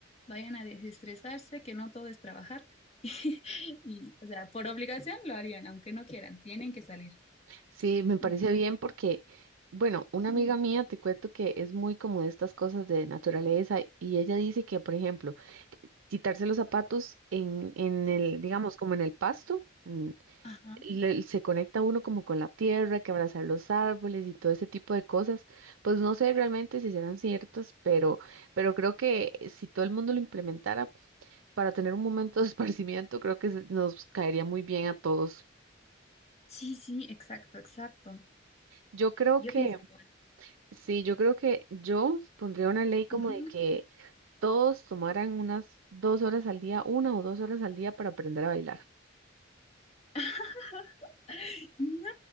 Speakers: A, on the left; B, on the right.
A: vayan a desestresarse, que no todo es trabajar. <laughs> Y, y, o sea, por obligación lo harían, aunque no quieran, tienen que salir.
B: Sí, me parece
A: Así que,
B: bien porque, bueno, una
A: mm,
B: amiga mía te cuento que es muy como de estas cosas de naturaleza y ella dice que, por ejemplo, quitarse los zapatos en, en el, digamos, como en el pasto, mm,
A: ajá.
B: le- se conecta uno como con la tierra, que abrazar los árboles y todo ese tipo de cosas, pues no sé realmente si serán ciertas, pero, pero creo que si todo el mundo lo implementara para tener un momento de <laughs> esparcimiento, creo que se- nos caería muy bien a todos.
A: Sí, sí, exacto, exacto.
B: Yo creo
A: Yo
B: que
A: pienso igual.
B: Sí, yo creo que yo pondría una ley como
A: Ujú.
B: de que todos tomaran unas dos horas al día, una o dos horas al día para aprender a bailar.
A: <laughs> No,